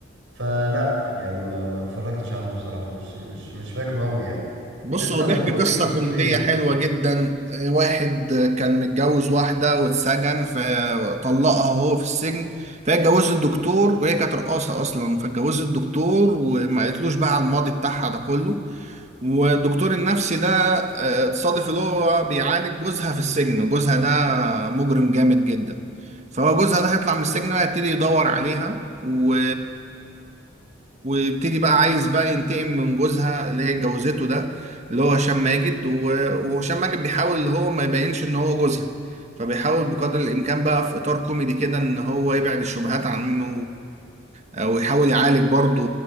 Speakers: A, on the right; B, on the right.
A: فلا يعني ما ما اتفرجتش عنه بصراحه مش مش مش فاكره قوي يعني
B: بص
A: انت
B: هو
A: طب
B: بيحكي
A: ما تقول
B: قصة
A: لي قصته
B: كوميدية
A: ايه كده
B: حلوة جدا آه، واحد آه، كان متجوز واحدة واتسجن فطلقها وهو في السجن فهي اتجوزت الدكتور وهي كانت رقاصة أصلا فاتجوزت الدكتور وما قالتلوش بقى على الماضي بتاعها ده كله والدكتور النفسي ده آه، تصادف اللي هو بيعالج جوزها في السجن وجوزها ده مجرم جامد جدا فهو جوزها ده هيطلع من السجن بقى يبتدي يدور عليها و... ويبتدي بقى عايز بقى ينتقم من جوزها اللي هي اتجوزته ده اللي هو هشام ماجد و... وهشام ماجد بيحاول اللي هو ما يبينش ان هو جوزها فبيحاول بقدر الامكان بقى في اطار كوميدي كده ان هو يبعد الشبهات عنه آه، ويحاول يعالج برضه